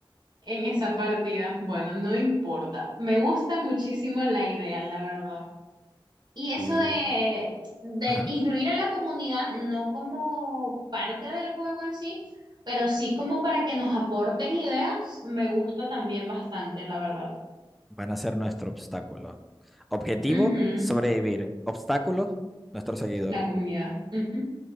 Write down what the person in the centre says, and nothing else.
Y,
ajá,
van a ser nuestro obstáculo. Objetivo,
sobrevivir. Obstáculos, nuestros seguidores.